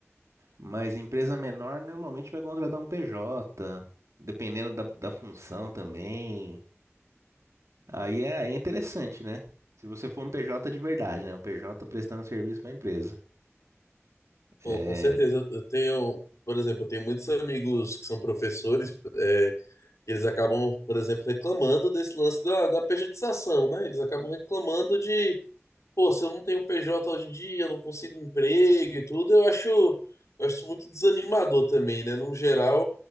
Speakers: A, on the right; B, on the left.
A: Mas empresa menor normalmente vai contratar um PJ, dependendo da, da função também. Aí é, é interessante, né? Se você for um PJ de verdade, né? Um PJ prestando serviço para a empresa.
B: Pô,
A: É,
B: com certeza. Eu eu tenho, por exemplo, eu tenho muitos amigos que são professores, é, eles acabam, por exemplo, reclamando desse lance da, da pejotização, né? Eles acabam reclamando de pô, se eu não tenho PJ hoje em dia, eu não consigo emprego e tudo, eu acho, eu acho muito desanimador também, né? No geral,